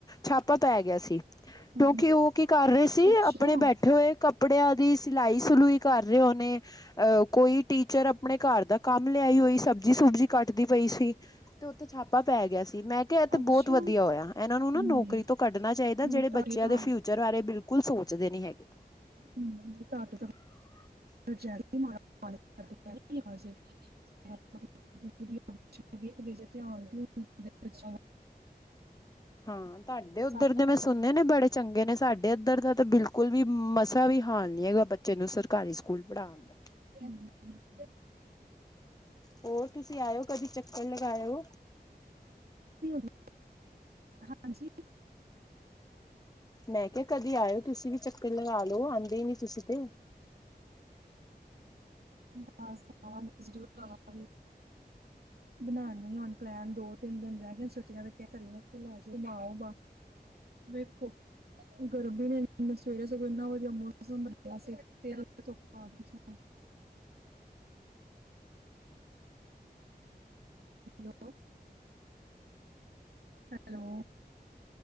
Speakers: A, on the left; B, on the right.
A: ਛਾਪਾ ਪੈ ਗਿਆ ਸੀ ਕਿਉਂਕਿ
B: ਹੂੰ
A: ਓ ਕੀ ਕਰ ਰਏ ਸੀ
B: ਅੱਛਾ।
A: ਆਪਣੇ ਬੈਠੇ ਹੋਏ ਕੱਪੜਿਆਂ ਦੀ ਸਿਲਾਈ -ਸਲੂਈ ਕਰ ਰਹੇ ਹੋਨੇ, ਅਹ ਕੋਈ ਟੀਚਰ ਆਪਣੇ ਘਰ ਦਾ ਕੰਮ ਲਿਆਈ ਹੋਈ ਸਬਜ਼ੀ -ਸੁਬਜੀ ਕੱਟਦੀ ਪਈ ਸੀ। ਤੇ ਉੱਥੇ ਛਾਪਾ ਪੈ ਗਿਆ ਸੀ, ਮੈਂ ਕਿਹਾ ਇਥ
B: ਅੱਛਾ
A: ਬਹੁਤ ਵਧੀਆ ਹੋਇਆ, ਇਹਨਾਂ ਨੂੰ ਨਾ
B: ਨਹੀਂ
A: ਨੌਕਰੀ ਤੋਂ ਕੱਢਣਾ ਚਾਹੀਦਾ।
B: ਨਹੀਂ
A: ਜਿਹੜੇ ਬ
B: ਤੁਹਾਡੇ
A: ਬੱਚਿਆਂ
B: ਤਾਂ
A: ਦੇ ਫਿਊਚਰ ਬਾਰੇ ਬਿਲਕੁਲ ਸੋਚਦੇ ਨੀ ਹੈਗੇ।
B: ਹਮ ਤਾਂਟੋ ਤੋਂ
A: <inaudible>
B: <unintelligible> <unintelligible>
A: ਹਾਂ ਤੁਹਾਡੇ
B: ਬੱਚਿਆਂ
A: ਉੱਧਰ ਦੇ ਮੈਂ ਸੁਣ ਨੇ ਬੜੇ ਚੰਗੇ ਨੇ, ਸਾਡੇ ਇੱਧਰ ਦਾ ਤਾਂ ਬਿਲਕੁਲ ਵੀ ਮਸਾ ਵੀ ਹਾਲ ਨੀ ਹੈਗਾ। ਬੱਚੇ ਨੂੰ ਸਰ ਸਰਕਾਰੀ ਸਕੂਲ ਪੜ੍ਹਾਉੱਣ ਦਾ।
B: ਹਮ।
A: ਹੋਰ ਤੁਸੀਂ ਆਇਓ ਕਦੀ ਚੱਕਰ ਲਗਾਇਓ
B: <unintelligible> ਹਾਂਜੀ।
A: ਮੈਂ ਕਿਹਾ ਕਦੀ ਆਇਓ, ਤੁਸੀਂ ਵੀ ਚੱਕਰ ਲਗਾ ਲਓ, ਆਉਂਦੇ ਹੀ ਨੀ ਤੁਸੀਂ ਤੇ।
B: ਬਸ ਆਵਾਂਗੇ।
A: <unintelligible>
B: ਬਣਾਉਂਦੀਆਂ ਹੁਣ ਪਲੈਨ, ਦੋ ਤਿੰਨ ਦਿਨ ਰਹਿ ਗਏ ਛੁੱਟੀਆਂ ਤੇ ਲੈਂ ਜਾਓ ਘੁਂਮਾਓ ਵੇਖੋ ਗਰਮੀ ਨੇ ਸਵੇਰੇ ਸਗੋਂ ਇਨਾ ਵਧੀਆ ਮੌਸਮ ਵਧੀਆ ਸੀ। ਹੋਰ ਸੁਣਾਓ? ਹੈਲੋ। ਹੈਲੋ।